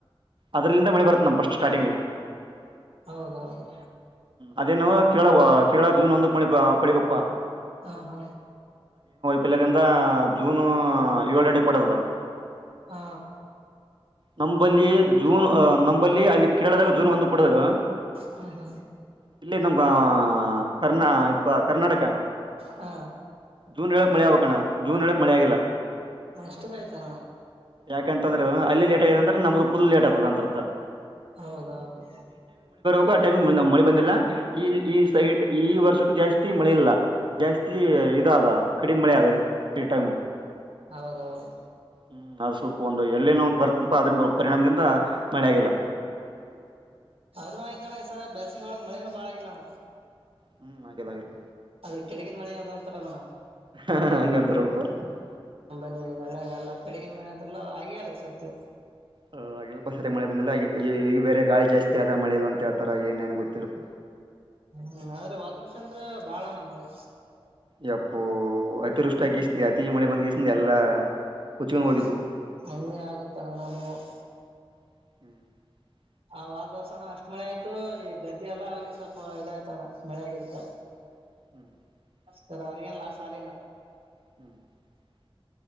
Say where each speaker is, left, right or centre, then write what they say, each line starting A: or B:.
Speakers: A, on the right; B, on the right.
A: ಅದ್ರಲಂದ ಮಳಿ ಬರ್ತ್ ನಮ ಫಸ್ಟ್ ಸ್ಟಾರ್ಟಿಂಗ್.
B: ಹೌದೌದು.
A: ಅದೇನು ಕೇಳಳ ಕಳ ಜೂನ್ ಒಂದ ಮಿಪ ಪಳಿಬಪ್ಪಾ.
B: ಹಾ ಹಾ.
A: ಪಲ್ಯದಿಂದ ಜೂನ್ ಏಳ ಎಂಟಕ್ ಪಡೆತದ
B: ಹಾ.
A: ನಂಬಲ್ಲಿ ಜೂನ್ ಅ ನಂಬಲ್ಲಿ ಅಲ್ಲಿ ಕೇಳದಾಗ ಜೂನ್ ಒಂದು ಪಡದ್ರ.
B: ಹಾ ಹಾ.
A: ಇಲ್ಲೇ ನಮ್ಗೆ. ಕರ್ನಾ ಇ ಕರ್ನಾಟಕ
B: ಹಾ
A: ಜೂನ್ ಹೇಳಳಕ್ ಮಳೆ ಆಗ್ಕಣ ಜೂನ್ ಹೇಳಳಕ್ ಮಳೆ ಆಗಿಲ್ಲ.
B: ಇಷ್ಟು ಬೆಳಿತಾನ
A: ಯಾಕಂತಂದ್ರೆ ಅಲ್ಲಿ ಲೇಟ್ ಆಗದ ಅ್ರ ನಮ್ದು ಪುಲ್ ಲೇಟ್ ಆತದ ಅಂತ.
B: ಹೌದೌದು.
A: ಕ್ಕೋ ಆ ಟೈಮಿಗ್ ಮ ನಮ್ ಮಳೆ ಬಂದಿಲ್ಲ. ಇಲ್ ಈ ಸೈಟ್. ಈ ವರ್ಷಕ್ಕೂ ಜಾಸ್ತಿ ಮಳೆ ಇಲ್ಲ ಜಾಸ್ತಿ ಇದಾದ ಕಡಿಮೆ ಮಳೆ ಅದ ಈ ಟೈಮು.
B: ಹೌದೌದು.
A: ಹ್ಮ್ ಅದು ಸ್ವಲ್ಪ ಒಂದು ಎಲ್ಲಿನವ್ ಅಂತ್ ಬರ್ತದ್ಪಾ ಅದ್ರಿಂದು ಪರಿಣಾಮದಿಂದ ಮಳೆ ಆಗಿಲ್ಲ.
B: ಅದ್ರ ಆಯ್ತನ ಈ ಸಲ ಬೇಸಿಗೆ ಒಳಗ್ ಮಳೇನು ಬಾಳ ಆಗಿಲ್ಲಣ.
A: ಹ್ಮ್ ಆಗಿಲ್ಲ ಆಗಿಲ್ಲ.
B: ಅದು ಕೆಡಗಿನ ಮಳೆ ಅದು ಅಂತಾರಲ್ಲಣ.
A: ಹ್ಹಾ ಹಂಗಂತಾರ್ <unintelligible>
B: ಇದು ಒಳ್ಳೆಗಲ್ಲ ಕಡಿಗಿನ ಮಳೆ ಅಂತಾರಲ್ಲ ಆಗೆ ಇಲ್ಲ ಈ ಸರ್ತಿ.
A: ಹಾ ಆಗಿಲ್ಲಪ್ಪ ಅದೆ ಮಳೆ ಬಂದಿಲ್ಲ ಈಗ್ ಈ ಈ ಈಗ ಬೇರೆ ಗಾಳಿ ಜಾಸ್ತಿ ಆದ ಮಳೆ ಇಲ್ಲ ಅಂತ್ ಹೇಳ್ತರ ಏನ್ ಏನ್ ಗೊತ್ತಿಲ್ಲಲ್ಪ.
B: ಹ್ಮ್ ಆದ್ರೆ ವಾದರ್ಷ ಅಂದ್ರೆ ಬಾಳನ ಮಳೆ.
A: ಯಪ್ಪೋ. ತೃಷ್ಟ ಗಿಷ್ಟಿ ಅತೀ ಮಳೆ ಬಂದ್ಗಿಸ್ ಎಲ್ಲಾ ಕೊಚ್ಕೊಂಡ್
B: ಹಾದ್
A: ಹೋಗಿದ್ವು
B: ಹಂಗೆ ಆಗುತ್ತಣ ನಮವ್
A: <unintelligible>
B: ಆ ವಾದರ್ಸಣು ಅಷ್ಟ್ ಮಳೆ ಆಯ್ತು ಈ ಗದ್ದೆ ಎಲ್ಲ ಅವ್ರಿಗ್ ಸ್ವಲ್ಪ ಇದಾಯ್ತಣ್ಣ ಮಳೆ ಆಗಿದುಕ್ಕ
A: <unintelligible>
B: ಸರ್ ಅವ್ರಿಗೆ ಲಾಸ್ ಆಲಿಲ್ಲ
A: <inaudible>